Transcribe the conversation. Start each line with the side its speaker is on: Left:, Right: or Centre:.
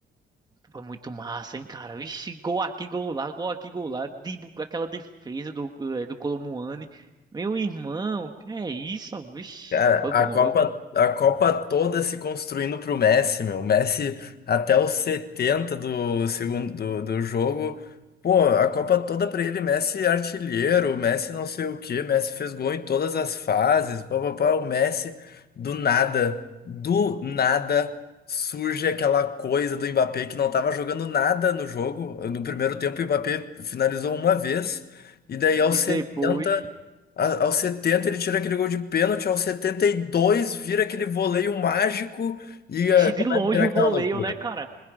Right: Foi muito massa, hein, cara? Vixe, gol aqui, gol lá, gol aqui, gol lá. De, aquela defesa do, eh, do Colomuani. Meu irmão, que é isso? Vixe,
Left: Cara,
Right: foi
Left: a
Right: bom,
Left: Copa,
Right: viu?
Left: a Copa toda se construindo pro Messi, meu. O Messi até os 70 do segundo do, do jogo. Pô, a Copa toda pra ele, Messi artilheiro, Messi não sei o quê, Messi fez gol em todas as fases, pá, pá, pá, o Messi do nada, do nada surge aquela coisa do Mbappé que não tava jogando nada no jogo. No primeiro tempo, o Mbappé finalizou uma vez. E daí aos
Right: E
Left: 70
Right: depois.
Left: a- Aos 70 ele tira aquele gol de pênalti, aos 72 vira aquele voleio mágico e
Right: E
Left: eh,
Right: se
Left: começa
Right: de longe
Left: a virar
Right: o
Left: aquela
Right: voleio,
Left: loucura.
Right: né, cara?